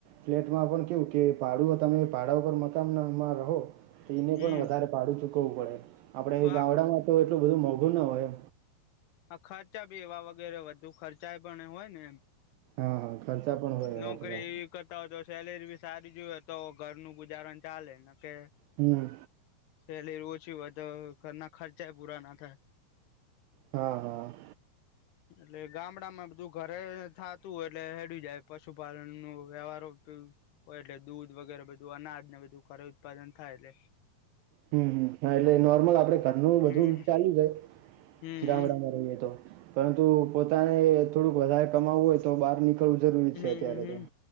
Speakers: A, on the right; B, on the left.
A: ફ્લેટમાં પણ કેવું કે ભાડું તમે ભાડા પરર મકાનમાં રહો તો એને
B: હમ
A: પણ વધારે ભાડું ચૂકવવું પડે આપડે એ ગામડામાં
B: આ
A: તો એટલું બધું મોંઘું ના હોય
B: આ ખર્ચા બી એવા વગેરે વધુ ખર્ચા એ પણ હોય ને એમ
A: હા હા ખર્ચા પણ હોય
B: નોકરી
A: એવા બધા
B: કરતા હોય તો સેલેરી બી સારી જોઈએ તો ઘરનું ગુજારણ ચાલેને કે
A: હમ
B: સેલેરી ઓછી તો ઘરના ખર્ચા પૂરા ના થાય
A: હા, હા
B: એટલે ગામડામાં બધું ઘરે થાતું હોય એટલે હેડી જાય પશુપાલનનું વ્યવહારો હોય એટલે દૂધ વગેરે બધું અનાજ ને બધું ખરે ઉત્પાદન થાય એટલે
A: હમ એટલે નોર્મલ આપડે ઘરનું
B: હમ
A: બધું ચાલી જાય
B: હમ
A: ગામડામાં રહીયએ તો પરંતુ પોતાને થોડુંક વધારે કમાવું હોય તો બાર નીકળવું કરવું જરૂરી
B: હમ
A: છે અત્યારે
B: હમ.
A: તો